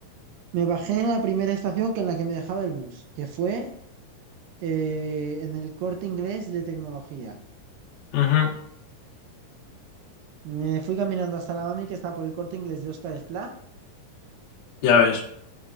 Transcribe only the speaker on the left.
Ujú,
Ya ves.